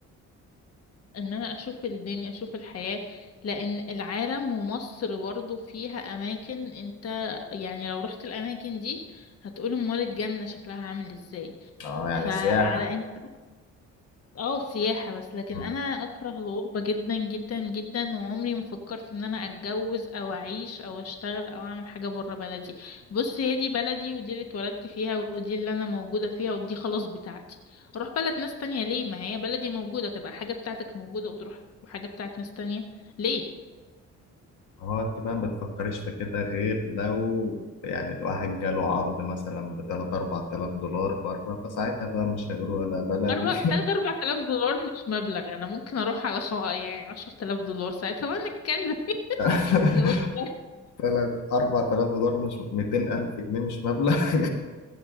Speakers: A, on the left; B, on the left.
A: ان انا اشوف الدنيا اشوف الحياة لان العالم ومصر برضو فيها اماكن انت يعني لو رحت الاماكن دي هتقول امال الجنة شكلها عامل ازاي
B: اه يعني
A: فعلى
B: سياحة
A: انت اه سياحة بس لكن
B: مم.
A: انا اكره الغربة جدا جدا جدا وعمري ما فكرت ان انا اتجوز او اعيش او اشتغل او اعمل حاجة برا بلدي بص هي دي بلدي ودي اللي اتولدت فيها ودي اللي انا موجودة فيها ودي خلاص بتاعتي اروح بلد ناس تانية ليه ما هي بلدي موجودة تبقى حاجة بتاعتك موجودة وتروح حاجة بتاعت ناس تانية ليه
B: هو انت بقى ما بتفكريش في كده غير لو يعني الواحد جاله عرض مثلا ب 3 4000 دولار بره فساعتها بقى مش هيقولوا ولا بلدي
A: أربع تلات أربع تلاف دولار مش مبلغ أنا ممكن أروح على خو... يعني عشر تلاف دولار ساعتها ونتكلم <laughs>
B: <laughs>
A: نقول ده
B: 3 4000 دولار مش 200000 جنيه مش مبلغ <laughs>